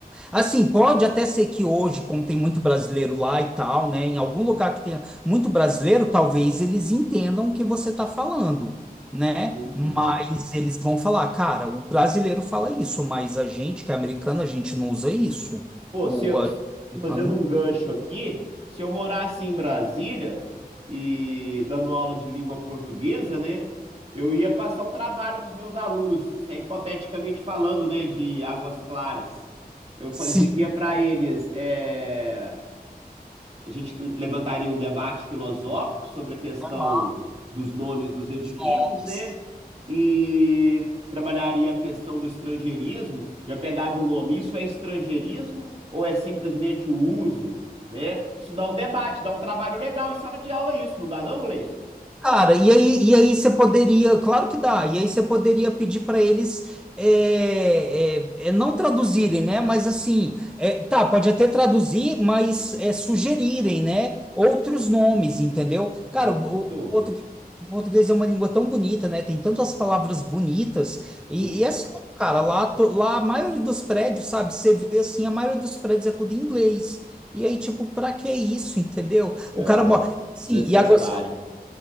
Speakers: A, in the centre; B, on the right.
A: Assim, pode até ser que hoje, como tem muito brasileiro lá e tal, né, em algum lugar que tenha muito brasileiro, talvez eles entendam o que você está falando, né?
B: Entendi.
A: Mas eles vão falar, cara, o brasileiro fala isso, mas a gente, que é americano, a gente não usa isso.
B: Pô,
A: O,
B: se eu,
A: a-
B: fazendo
A: Aham.
B: um gancho aqui, se eu morasse em Brasília e dando aula de língua portuguesa, né? Eu ia passar um trabalho para os meus alunos, isso é hipoteticamente falando, né, de Águas Claras. Eu fa-
A: Sim,
B: diria para eles, é, A gente levantaria um debate filosófico sobre a questão
A: aham.
B: dos nomes dos edifícios,
A: os nomes.
B: né? E trabalharia a questão do estrangeirismo. Já pegava o nome, isso é estrangeirismo ou é simplesmente o uso, né? Isso dá um debate, dá um trabalho legal em sala de aula, isso, não dá não, Gleison?
A: Cara, e aí, e aí você poderia, claro que dá, e aí você poderia pedir para eles é, é, é, não traduzirem, né? Mas assim, é, tá, pode até traduzir, mas é, sugerirem, né? Outros nomes, entendeu? Cara,
B: Isso,
A: o, o português, o português é uma língua tão bonita, né? Tem tantas palavras bonitas, e,
B: sim,
A: e é sério, cara, lá, to- lá a maioria dos prédios, sabe? Você vê assim, a maioria dos prédios é tudo em inglês. E aí, tipo, pra que isso, entendeu?
B: é
A: O cara mora.
B: desnecessário.
A: Sim, e agora.